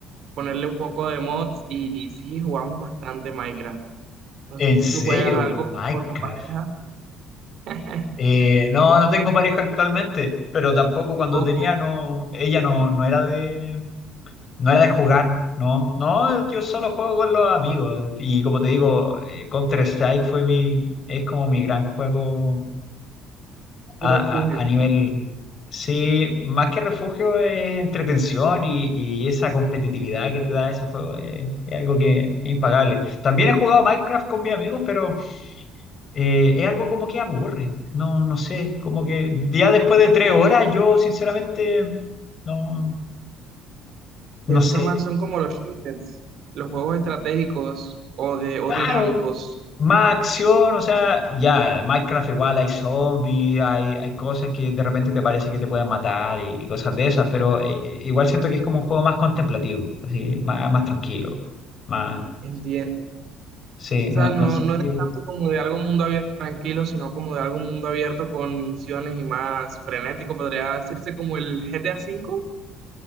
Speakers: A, on the right; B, on the left.
A: ponerle un poco de mods y, sí, jugamos bastante Minecraft. No
B: ¿En
A: sé si
B: serio?
A: tú juegas algo
B: Minecraft.
A: con tu pareja <laughs>
B: Eh, no, no tengo pareja actualmente, pero tampoco cuando
A: o
B: tenía, no, ella no, no era de, No era de jugar, no. No, yo solo juego con los amigos. Y como te digo, eh, Counter-Strike fue mi, es como mi gran juego a,
A: tu refugio.
B: a- a nivel, sí, más que refugio es entretención y, y esa competitividad que te da ese juego es, es algo que es impagable. También he jugado Minecraft con mis amigos, pero eh, es algo como que aburre. No, no sé, como que ya después de tres horas yo sinceramente no, no
A: ¿Te gustan
B: sé.
A: más? Son como los shooters, los juegos estratégicos o, de, o
B: Claro,
A: dinámicos.
B: Más acción, o sea, ya, Minecraft igual hay zombies, hay, hay cosas que de repente te parecen que te pueden matar y, y cosas de esas, pero eh, eh, igual siento que es como un juego más contemplativo, así, más, más tranquilo, más,
A: Entiendo.
B: sí,
A: O
B: no,
A: sea, no,
B: no sé
A: no
B: si-
A: eres tanto como de algo mundo abierto tranquilo, sino como de algo mundo abierto con misiones y más frenético, podría decirse como el GTA V.